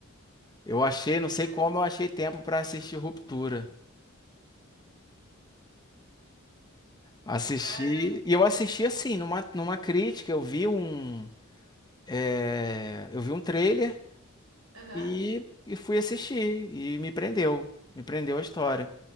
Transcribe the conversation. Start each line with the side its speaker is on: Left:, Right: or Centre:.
Left: Eu achei,
Right: Vixe,
Left: não sei
Right: Maria.
Left: como eu achei tempo pra assistir Ruptura. Assisti,
Right: Caramba.
Left: e eu assisti assim, numa, numa crítica, eu vi um, é, eu vi um trailer
Right: Aham,
Left: e, e fui assistir, e me prendeu, me prendeu a história.